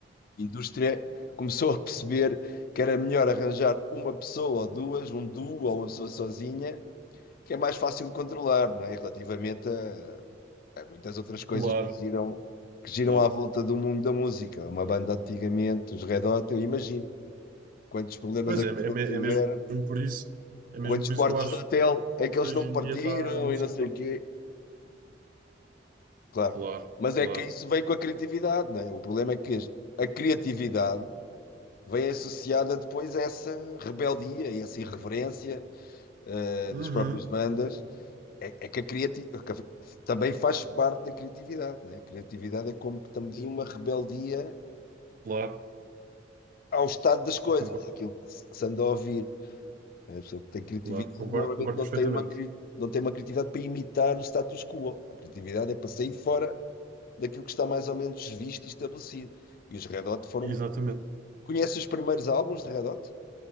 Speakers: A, on the left; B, on the right.
A: A indústria começou a perceber que era melhor arranjar uma pessoa ou duas, um duo ou uma pessoa sozinha, que é mais fácil de controlar, não é? Relativamente a eh, Muitas outras coisas
B: Claro,
A: que giram, que giram
B: claro.
A: à volta do mundo da música. Uma banda antigamente, os Red Hot, eu imagino quantos problemas
B: Pois
A: aquilo
B: é, é, me-
A: tiver,
B: é mesmo por isso, é mesmo
A: quantos
B: por
A: quartos
B: isso que eu acho
A: de hotel é que
B: que
A: eles
B: hoje
A: não partiram
B: em dia tá, a música
A: e não sei
B: está.
A: o quê. Claro.
B: Claro,
A: Mas
B: claro.
A: é que isso vem com a criatividade, não é? O problema é que as- a criatividade vem associada depois a essa rebeldia e essa irreverência eh,
B: Uhum,
A: das próprias bandas. É, é que a criatividade também faz parte da criatividade, não é? A criatividade é como que também uma rebeldia
B: claro.
A: ao estado das coisas,
B: Concordo,
A: aquilo que se, que se anda a ouvir. A pessoa que tem criatividade
B: claro. Concordo,
A: normalmente
B: concordo
A: não
B: perfeitamente.
A: tem uma, cri- não tem uma criatividade para imitar o status quo. A criatividade é para sair fora daquilo que está mais ou menos visto e estabelecido. E os Red Hot foram.
B: Exatamente.
A: Conheces os primeiros álbuns de Red Hot?